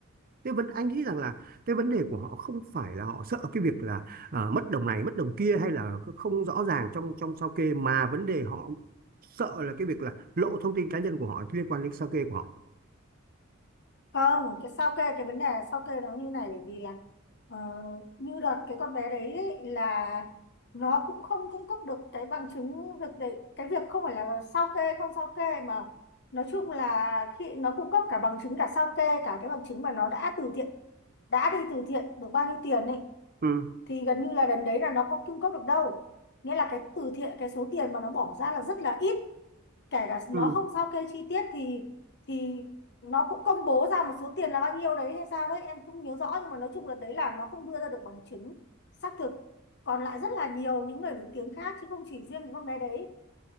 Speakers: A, on the right; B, on the left.
A: Thế vấn anh nghĩ rằng là cái vấn đề của họ không phải là họ sợ cái việc là à, mất đồng này mất đồng kia hay là không rõ ràng trong trong sao kê mà vấn đề họ sợ là cái việc là lộ thông tin cá nhân của họ liên quan đến sao kê của họ.
B: không cái sao kê cái vấn đề sao kê nó như này bởi vì là ờ, như đợt cái con bé đấy ấy, là nó cũng không cung cấp được cái bằng chứng việc đấy cái việc không phải là sao kê không sao kê mà nói chung là khi nó cung cấp cả bằng chứng cả sao kê cả cái bằng chứng mà nó đã từ thiện đã đi từ thiện được bao nhiêu tiền ấy
A: ừ
B: thì gần như là lần đấy là nó có cung cấp được đâu nghĩa là cái từ thiện cái số tiền mà nó bỏ ra là rất là ít kể cả nó
A: ừ
B: không sao kê chi tiết thì thì nó cũng công bố ra một số tiền là bao nhiêu đấy hay sao đấy em không nhớ rõ nhưng mà nói chung là đấy là nó không đưa ra được bằng chứng xác thực còn lại rất là nhiều những người nổi tiếng khác chứ không chỉ riêng cái con bé đấy